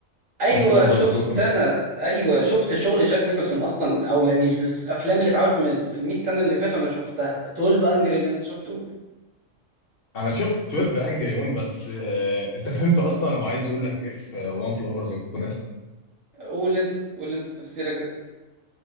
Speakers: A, on the right; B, on the left.
A: ايوه
B: وان فول اوفر
A: شفت
B: ذا كوكونس
A: انا ايوه شفت شغل جاك نيكلسون اصلا او يعني الافلام اللي اتعملت من- في ال 100 سنه اللي فاتوا انا شفتها 12 انجري مينز شفته
B: انا شفت 12 انجري مان بس آه، انت فهمته اصلا هو عايز يقول لك ايه في وان فول اوفر ذا كوكونس
A: قول انت قول انت تفسيرك انت